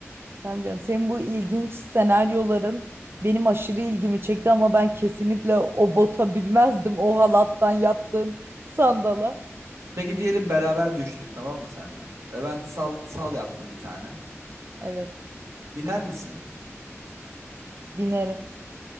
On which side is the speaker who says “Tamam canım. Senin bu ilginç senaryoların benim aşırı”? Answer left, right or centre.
Right